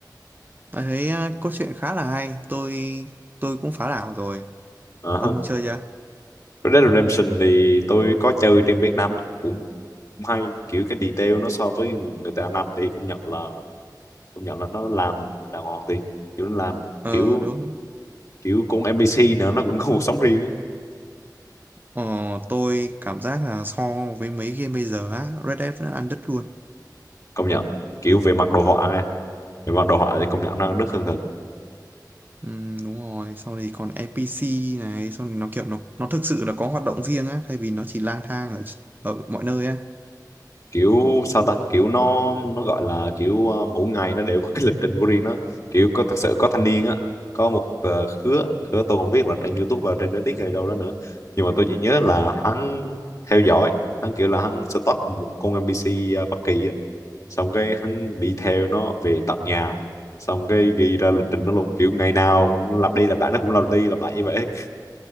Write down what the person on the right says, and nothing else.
Bạn thấy à, cốt truyện khá là hay. Tôi tôi cũng phá đảo rồi.
Ông
chơi chưa?
Ờ
đúng.
Ờ, tôi cảm giác là so với mấy game bây giờ á, Red Dead vẫn ăn đứt luôn.
Ừ, đúng rồi. Sau thì còn NPC này, sau thì nó kiểu nó nó thực sự là có hoạt động riêng á, thay vì nó chỉ lang thang ở ở mọi nơi á.